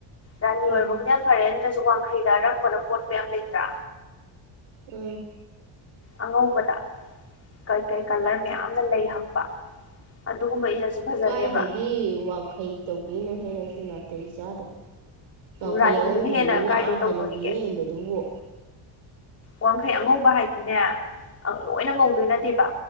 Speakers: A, on the left; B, on the right.
A: ꯔꯥꯅꯤ ꯑꯣꯏꯔꯒꯕꯨꯗꯤ
B: ꯎꯝ
A: ꯌꯥꯝ ꯐꯔꯦ ꯅꯠꯇ꯭ꯔꯁꯨ ꯋꯥꯡꯈꯩꯗ ꯑꯔꯪꯕꯅ ꯀꯣꯠꯄ ꯌꯥꯝ ꯂꯩꯇ꯭ꯔꯥ
B: ꯎꯝ
A: ꯑꯉꯧꯕꯗ ꯀꯩꯀꯩ ꯀꯂꯔ ꯃꯌꯥꯝꯅ ꯂꯩ ꯍꯛꯄ ꯑꯗꯨꯒꯨꯝꯕ ꯏꯜꯂꯁꯨ ꯐꯖꯅꯦꯕ
B: ꯀꯥꯏꯗꯒꯤ ꯋꯥꯡꯈꯩ ꯇꯧꯗꯣꯏꯅꯣꯍꯦ ꯅꯪꯁꯨ ꯅꯥꯇꯩ ꯆꯥꯗꯕ ꯋꯥꯡꯈꯩ
A: ꯔꯥꯅꯤꯗꯨꯅ
B: ꯑꯉꯧꯕꯗꯨꯗꯤ
A: ꯍꯦꯟꯅ
B: ꯃꯤ
A: ꯀꯥꯏꯗꯩ
B: ꯑꯥ
A: ꯇꯧꯗꯣꯔꯤꯒꯦ
B: ꯍꯟꯅꯨꯕꯤꯅ ꯏꯟꯕꯗꯨꯕꯨ
A: ꯋꯥꯡꯈꯩ ꯑꯉꯧꯕ ꯍꯥꯏꯗꯤꯅꯦ ꯑ ꯂꯣꯏꯅ ꯉꯧꯗꯣꯏ ꯅꯠꯇꯦꯕ